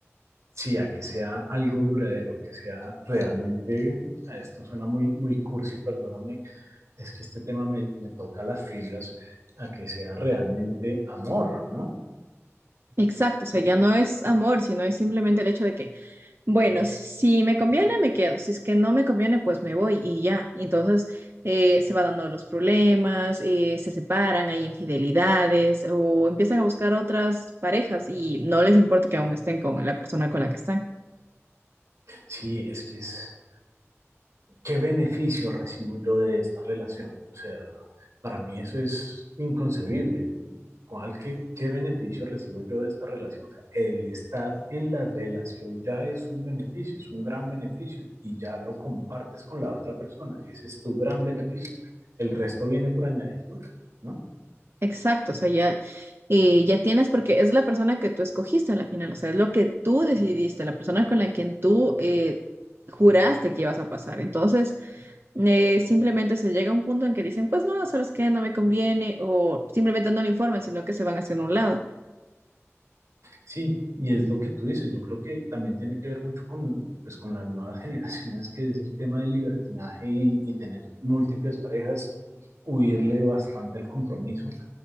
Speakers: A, on the right (about 85°); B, on the right (about 50°).
A: Sí, a que sea algo duradero, que sea realmente, esto suena muy, muy cursi, perdóname, es que este tema me, me toca las fibras, a que sea realmente amor, ¿no?
B: Exacto, o sea,
A: Eh,
B: ya no es amor, sino es simplemente el hecho de que, bueno, si me conviene, me quedo, si es que no me conviene, pues me voy y ya. Y Entonces, eh, se van dando los problemas, eh, se separan, hay infidelidades o empiezan a buscar otras parejas y no les importa que aún estén con la persona con la que están.
A: sí, es que es, ¿qué beneficio recibo yo de esta relación? O sea, para mí eso es inconcebible. ¿cuál, qué, qué beneficio recibo yo de esta relación? O sea, el estar en la relación ya es un beneficio, es un gran beneficio y ya lo compartes con la otra persona. Ese es tu gran beneficio. El resto viene por añadidura, ¿no?
B: Exacto, o sea, ya, eh, ya tienes, porque es la persona que tú escogiste a la final, o sea, es lo que tú decidiste, la persona con la que tú eh, juraste que ibas a pasar. Entonces, eh, simplemente se llega a un punto en que dicen, pues no, sabes qué, no me conviene, o simplemente no le informan, sino que se van haciendo a un lado.
A: Sí, y es lo que tú dices. Yo creo que también tiene que ver mucho con, pues, con las nuevas <laughs> generaciones, que es el tema del libertinaje y, y tener múltiples parejas, huirle bastante al compromiso